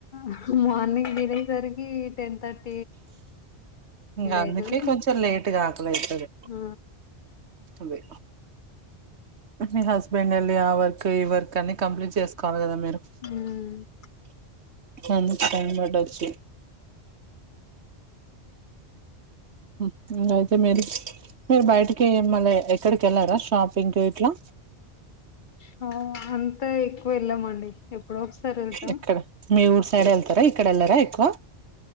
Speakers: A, on the left (about 60°); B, on the right (about 75°).
A: అహ్ మార్నింగ్ దినేసరికి టెన్ థట్
B: ఇంగ అందుకే
A: అయితది
B: కొంచెం లేటుగా ఆకలయితది
A: ఆ
B: అదే మీ హస్బెండ్ ఎల్లి ఆవర్ ఓకే ఈ వర్క్ అన్ని కంప్లీట్ చేసుకోవాల్ గదా మీరు
A: మ్మ్
B: అంద్ టైం బటొచ్చు ఉ హ్ ఇంగ్ అయితే మేలి మీరు బయటికే మళ్ళ ఎక్కడికెళ్ళరా షాపింకీట్లా
A: హా అంతా ఎక్కువెళ్ళమండి ఎప్పుడో ఒకసారెళ్తాం
B: ఎక్కడ మీ ఊరు సైడ్ ఎళ్తరా ఇక్కడెళ్లరా ఎక్కువ